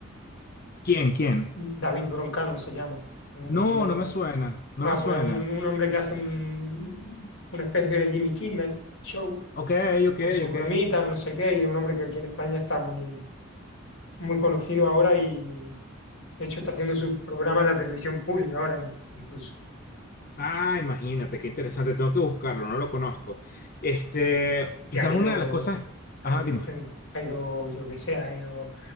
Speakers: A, on the left (about 45°); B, on the left (about 70°).
A: quién, quién?
B: David Broncano se llama, uno que
A: No,
B: aquí ahora...
A: no me suena, no
B: Ah,
A: me suena.
B: pues un, un hombre que hace un- una especie de Jimmy Kimmel show
A: Ok, ok,
B: con sus
A: ok.
B: bromitas, no sé qué, y es un hombre que aquí en España está muy, muy conocido ahora y de hecho está haciendo su programa en la televisión pública ahora in- incluso.
A: Ah, imagínate, qué interesante, tengo que buscarlo, no lo conozco. Este, quizás
B: Y han ido,
A: una de las cosas,
B: ha
A: ajá,
B: ido
A: dime.
B: gente, ha ido, yo que sé, ha ido